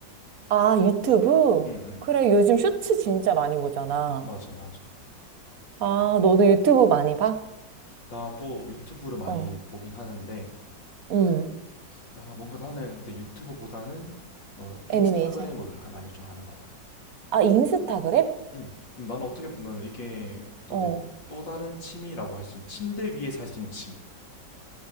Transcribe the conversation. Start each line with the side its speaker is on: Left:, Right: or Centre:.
Right: 아, 유튜브?
Left: 응, 응.
Right: 그래, 요즘 쇼츠 진짜 많이 보잖아.
Left: 맞아, 맞아.
Right: 아, 너도 유튜브 많이 봐?
Left: 나도 유튜브를 많이
Right: 어,
Left: 보긴 하는데
Right: 응.
Left: 아 뭔가 나는 근데 유튜브보다는 뭐 인스타그램을
Right: 애니메이션.
Left: 하- 많이 좀 하는 것 같아.
Right: 아, 인스타그램?
Left: 응. 그럼 나는 어떻게 보면 이게 또
Right: 어.
Left: 내 또 다른 취미라고 할 수 있는 침대 위에서 할 수 있는 취미.